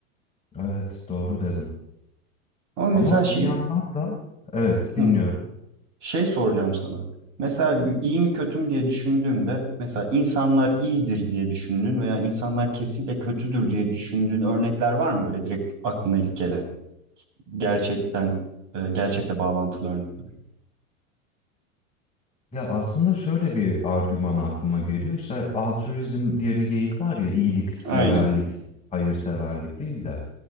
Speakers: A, on the left; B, on the right.
A: Evet doğru dedin.
B: Ama mesela
A: Ama
B: şey
A: bir yandan da evet
B: hı,
A: dinliyorum.
B: şey soracağım sana. Mesela bir iyi mi kötü mü diye düşündüğümde mesela insanlar iyidir diye düşündüğün veya insanlar kesinlikle kötüdür diye düşündüğün örnekler var mı böyle direkt aklına ilk gelen? Gerçekten e, gerçekle bağlantılı örnekler.
A: Ya aslında şöyle bir argüman aklıma geliyor. İşte altruizm diye bir geyik var ya iyilikseverlik,
B: Aynen.
A: hayırseverlik değil de.